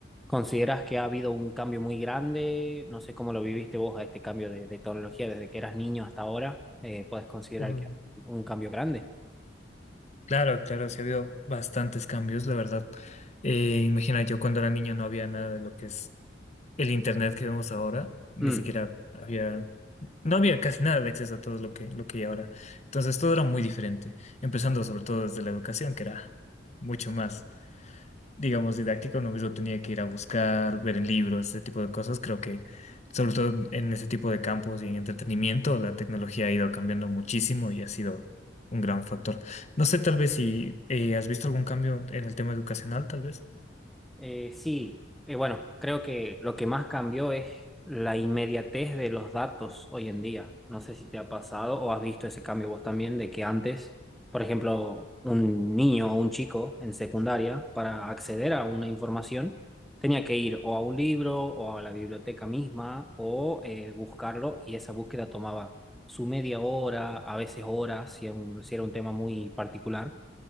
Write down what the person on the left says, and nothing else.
Uy,
Claro, claro, sí ha habido bastantes cambios, la verdad. Eh, imagina, yo cuando era niño no había nada de lo que es el internet que vemos ahora, ni
siquiera había, no había casi nada de acceso a todo lo que, lo que hay ahora. Entonces todo era muy diferente, empezando
sobre todo desde la educación, que era mucho más. digamos, didáctica, uno mismo tenía que ir a buscar, ver en libros, ese tipo de cosas. Creo que, sobre todo en ese tipo de campos y en entretenimiento, la tecnología ha ido cambiando muchísimo y ha sido un gran factor. No sé, tal vez si eh, has visto algún cambio en el tema educacional, tal vez.